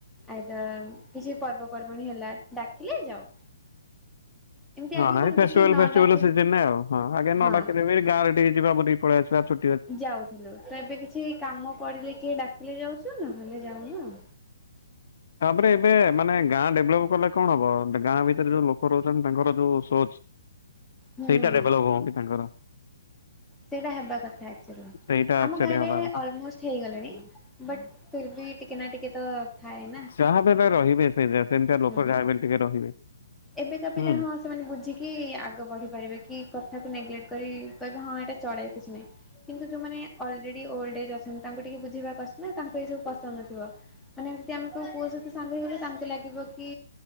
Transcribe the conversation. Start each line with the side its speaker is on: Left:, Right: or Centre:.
Centre: ଆଇଦର କିଛି ପର୍ବପର୍ବଣି ହେଲା ଡାକିଲେ ଯାଉ। ଏମିତି ଆଗେ
Left: ନହେଲେ
Centre: କଣ
Left: ନାଇଁ ଫେଷ୍ଟିଭାଲ
Centre: କିଛି ନ
Left: ଫେଷ୍ଟିଭଲ
Centre: ଡାକେ
Left: ସିଜନରେ ଆଉ ହଁ ଆଜ୍ଞା
Centre: ହଁ
Left: ନଡାକିଲେ ବି ଗାଁରେ ଟିକେ ଯିବା ବ ଟିକ ପଳଆସିବା ଛୁ
Centre: ଯାଉଥିଲୁ ତ ଏବେ କିଛି କାମ ପଡିଲେ କିଏ ଡାକିଲେ ଯାଉଛୁ ନା ହେଲେ ଯାଉନ ଆଉ।
Left: ତାପରେ ଏବେ ମାନେ ଗାଁ ଡେଭଲପ କଲେ କଣ ହବ ଗାଁ ଭିତରେ ଯୋଉ ଲୋକ ରହୁଛନ୍ତି ତାଙ୍କର ଯୋଉ ସୋଚ
Centre: ହୁଁ
Left: ସେଇତା ଡେଭଳପ ହଉନି ତାଙ୍କର।
Centre: ସେଇଟା ହେବା କଥା ଆକ୍ଚୁଲି
Left: ସେଇଟା ଆକ୍ଚୁଆଲି
Centre: ଆମ ଗାଁରେ
Left: ହବା କଥା
Centre: ଅଲମୋଷ୍ଟ ହେଇଗଲେଣି ବଟ୍ ଫେର୍ ବି ଟିକେ ନା ଟିକେ ତ ଥାଏ ନା
Left: ଯାହା ହେଲେ ରହିବେ ସେଇ ସେମିତିଆ
Centre: ହୁଁ।
Left: ଲୋକ ଯାହାବି ହେଲେ ଟିକେ ରହିବେ।
Centre: ଏବେକା ପିଲା
Left: ହୁଁ।
Centre: ହଁ ଆସ ସେମାନେ ବୁଝିକି ଆଗ ବଢ଼ି ପାରିବେ କି କଥାକୁ ନେଗଲେକ୍ଟ କରି କହିବେ ହଁ ଏଇଟା ଚଳେଇ କିଛି ନାହିଁ। କିନ୍ତୁ ଯୋଉମାନେ ଅଲରେଡି ଓଲଡ ଏଜ୍ ଅଛନ୍ତି ତାଙ୍କୁ ଟିକେ ବୁଝେଇବା କଥା ନା ତାଙ୍କୁ ଏଇ ସବୁ ପସନ୍ଦ ନଥିବ। ମାନେ ଯଦି ଆମକୁ କେଉ ପୁଅ ସହିତ ସାଙ୍ଗରେ ହେଲୁ ତାଙ୍କୁ ଲାଗିବ କି